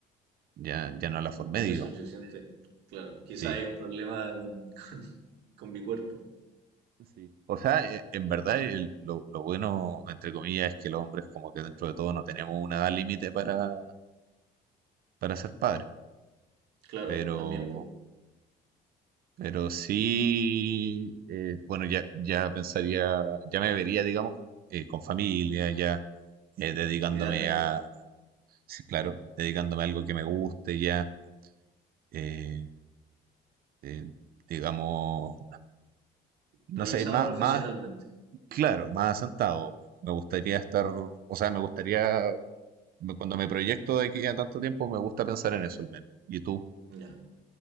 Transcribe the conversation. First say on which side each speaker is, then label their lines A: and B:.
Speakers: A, on the right; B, on the right.
A: ya, ya no
B: <laughs>
A: la formé,
B: Ya
A: digamos.
B: es suficiente. Claro, quizá
A: Sí.
B: hay un problema con, <laughs> con, con mi cuerpo.
A: Sí. O sea, eh, en verdad el- lo, lo bueno, entre comillas, es que los hombres como que dentro de todo no tenemos una edad límite para, para ser padres.
B: Claro,
A: Pero,
B: también, pues,
A: pero sí, eh, bueno, ya, ya pensaría, ya me vería, digamos, eh, con familia, ya eh, dedicándome
B: idealmente.
A: a, sí, claro, dedicándome a algo que me guste, ya, eh, eh, digamos, no
B: Realizado
A: sé, más,
B: profesionalmente.
A: más, claro, más asentado. Me gustaría estar, o sea, me gustaría, me- cuando me proyecto de aquí a tanto tiempo, me gusta pensar en eso al menos. ¿Y tú?
B: Ya,